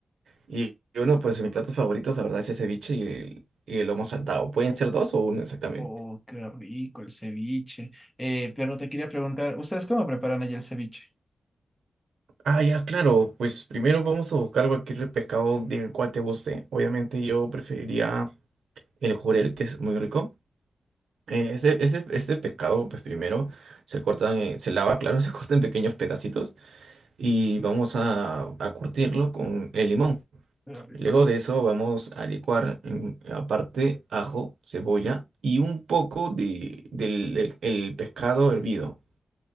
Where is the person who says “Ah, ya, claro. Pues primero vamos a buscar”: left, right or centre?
Right